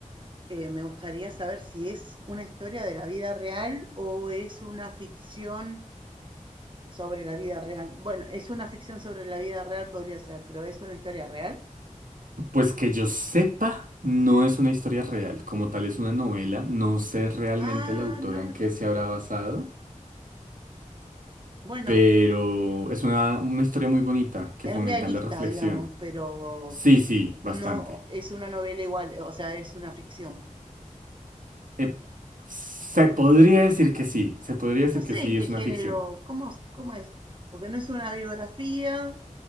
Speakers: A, on the right; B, on the right.
A: eh, me gustaría saber si es una historia de la vida real o es una ficción sobre la vida real. Bueno, es una ficción sobre la vida real, podría ser, pero es una historia real.
B: Pues que yo sepa, no es una historia real, como tal es una novela, no sé realmente
A: Ah,
B: la autora
A: no, me-
B: en qué se habrá basado,
A: bueno,
B: pero es una, una historia muy bonita que
A: es
B: fomenta
A: realista,
B: la reflexión.
A: digamos, pero
B: Sí, sí,
A: no
B: bastante.
A: es una novela igual, o sea, es una ficción.
B: Eh, se podría decir que sí, se podría decir
A: No sé
B: que sí,
A: en qué
B: es
A: género,
B: una ficción.
A: cómo, cómo es, porque no es una biografía,